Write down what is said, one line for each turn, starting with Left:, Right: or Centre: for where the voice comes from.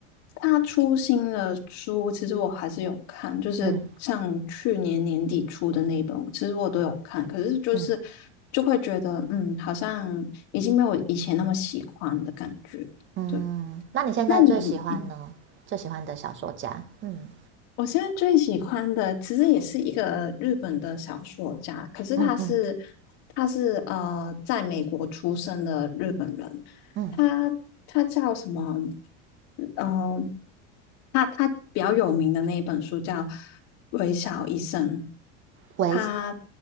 Left: 他出新的书，其实我还是有看，就是像去年年底出的那一本，
Right: 嗯
Left: 其实我都有看，可是就是
Right: 嗯
Left: 嗯嗯，好像已经没有以前那么喜欢的感觉。
Right: 嗯。
Left: 对，
Right: 那你现在最喜欢呢？
Left: 那你嗯
Right: 最喜欢的小说家？嗯
Left: 我现在最喜欢的其实也是一个日本的小说家，可是他是
Right: 嗯嗯
Left: 他是呃在美国出生的日本人，
Right: 嗯，
Left: 他他叫什么？嗯、他他比较有名的那一本书叫《微笑医生》，
Right: 微
Left: 他